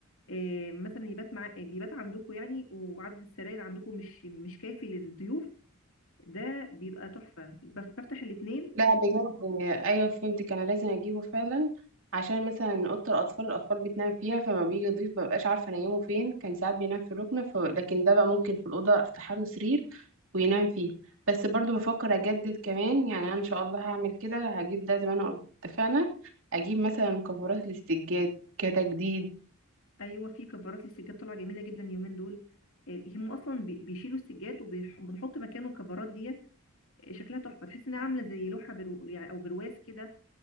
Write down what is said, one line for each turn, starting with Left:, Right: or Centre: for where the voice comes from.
Left: آه، مثلا يبات مع آه، بيبات عندكم يعني وعدد السراير عندكم مش مش كافي للضيوف ده بيبقى تحفه بف- بفتح الاثنين
Right: لا بجد ايوه فهمتك انا لازم اجيبه فعلا عشان مثلا اوضه الاطفال الاطفال بتنام فيها فما بيجي يضيف مبقاش عارفه انيمه فين كان ساعات بينام في الركنه ف... لكن ده بقى ممكن في الاوضه افتح له سرير وينام فيه بس برضو بفكر اجدد كمان يعني انا ان شاء الله هعمل كده هجيب ده زي ما انا قلت اتفقنا اجيب مثلا كفرات للسجاد كتجديد
Left: ايوه في كفرات للسجاد طالعه جميله جدا اليومين دول آه، هم اصلا بي- بيشيلوا السجاد وبنحط مكانه الكفرات ديت آه، شكلها تحفه تحس انها عامله زي لوحه برو يعني او برواز كده